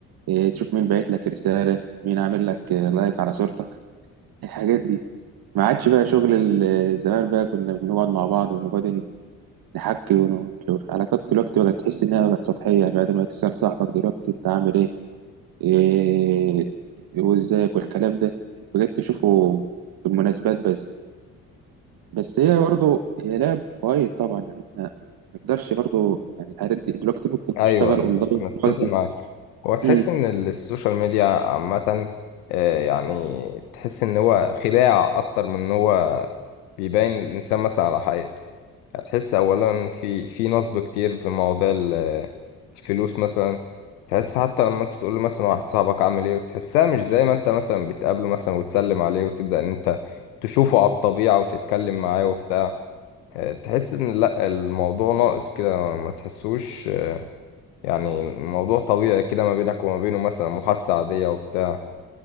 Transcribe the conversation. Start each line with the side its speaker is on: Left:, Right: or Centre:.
Right: إيه، تشوف مين باعت لك رساله مين عامل لك آه، لايك على صورتك الحاجات دي ما عادش بقى شغل ال- زمان بقى كنا بنقعد مع بعض ونقعد نحكي ون- العلاقات دلوقتي بقت تحس انها بقت سطحيه يعني بعد ما تسال صاحبك دلوقتي انت عامل ايه إيه وازيك والكلام ده بقيت تشوفه في المناسبات بس بس هي برضه هي لعب وايد طبعا يعني احنا ما نقدرش برضه يعني الحاجات دي دلوقتي ممكن
Left: ايوه
Right: تشتغل اونلاين
Left: انا اتفق
Right: دلوقتي
Left: معاك هو تحس
Right: امم
Left: ان ال- السوشيال ميديا عامه آه، يعني تحس ان هو خداع اكتر من ان هو بيبين الانسان مثلا على حقيقته هتحس اولا في في نصب كتير في مواضيع ال- الفلوس مثلا تحس حتى لما انت تقول له مثلا واحد صاحبك عامل ايه تحسها مش زي ما انت مثلا بتقابله مثلا وتسلم عليه وتبدا ان انت تشوفه على الطبيعه وتتكلم معاه وبتاع آه، تحس ان لا الموضوع ناقص كده ما تحسوش آه، يعني الموضوع طبيعي كده ما بينك وما بينه مثلا محادثة عادية وبتاع